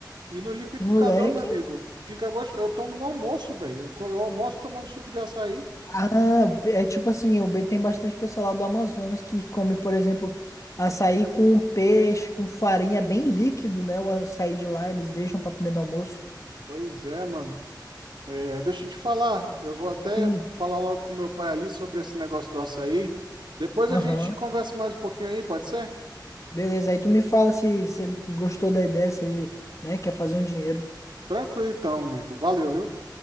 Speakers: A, on the right; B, on the left.
A: E no liquidificador,
B: moleque.
A: meu amigo, fica gostoso. Eu tomo no almoço, velho. Eu eu almoço tomando suco de açaí.
B: Ah, é tipo assim, o be- tem bastante pessoal lá do Amazonas que come, por exemplo, açaí com peixe, com farinha, é bem líquido, né? O açaí de lá, eles deixam pra comer no almoço.
A: Pois é, mano. É, deixa eu te falar. Eu vou até
B: Sim.
A: falar logo com meu pai ali sobre esse negócio do açaí. Depois
B: Aham.
A: a gente conversa mais um pouquinho aí, pode ser?
B: Beleza, aí tu me fala se, se ele gostou da ideia, se ele, né, quer fazer um dinheiro.
A: Tranquilo então, amigo. Valeu, viu?